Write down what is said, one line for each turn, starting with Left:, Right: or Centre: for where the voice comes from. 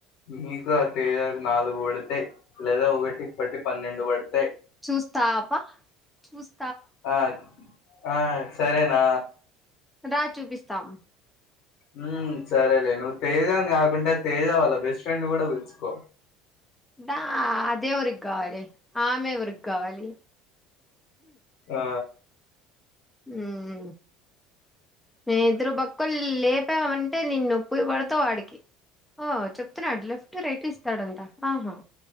Left: నీకు ఆ తేజాకి నాలుగు పడితాయ్ లేదా ఒకటి బట్టి పన్నెండు పడ్
Centre: చూస్తా ప చూస్
Left: ఆ ఆ సరేనా?
Centre: రా చూపిస్తాం
Left: ఉమ్ హ సరేలే నువ్వు తేజాన్ కాకుండా తేజ వాళ్ళ బెస్ట్ ఫ్రెండ్ ని కూడా పిల్చుకో
Centre: దా అదేవ్వొరికి కావాలి ఆమె ఎవరికి కావాలి?
Left: ఆ
Centre: ఉమ్ మేము ఇద్దరు బక్కోన్ లేపామం టే నిన్ను పొయ్యి పడతావ్ ఆడికి ఓ చెప్తున్నాడు లెఫ్ట్ రైట్ ఇస్తాడంట ఆహా